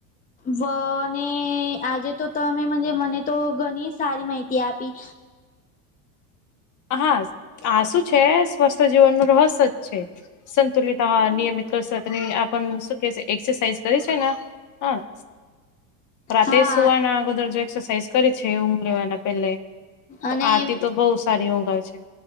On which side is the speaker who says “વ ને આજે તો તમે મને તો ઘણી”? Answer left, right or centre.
Left